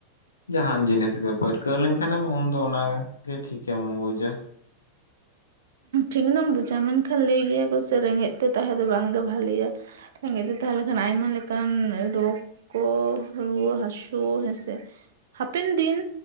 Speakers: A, on the left; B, on the right.
A: ᱡᱟᱦᱟᱱ ᱡᱤᱱᱤᱥ ᱜᱮ ᱯᱟᱹᱨᱠᱟᱹᱣ ᱞᱮᱱᱠᱷᱟᱱᱮᱢ ᱩᱱᱫᱚ ᱚᱱᱟᱜᱮ ᱴᱷᱤᱠᱮᱢ ᱵᱩᱡᱟ᱾
B: ᱴᱷᱤᱠ ᱫᱚᱢ ᱵᱩᱡᱟ ᱢᱮᱱᱠᱷᱟᱱ ᱞᱟᱹᱭ ᱜᱮᱭᱟ ᱠᱚ ᱥᱮ ᱨᱮᱸᱜᱮᱡ ᱛᱮ ᱛᱟᱦᱮᱸ ᱫᱚ ᱵᱟᱝᱜᱮ ᱵᱷᱟᱞᱤᱭᱟ᱾ ᱨᱮᱸᱜᱮᱡ ᱛᱮ ᱛᱟᱦᱮᱸ ᱞᱮᱠᱷᱟᱱ ᱟᱭᱢᱟ ᱞᱮᱠᱟᱱ ᱨᱳᱜ ᱠᱚ ᱨᱩᱣᱟᱹ ᱦᱟᱹᱥᱩ ᱦᱮᱸᱥᱮ ᱦᱟᱯᱮᱱ ᱫᱤᱱ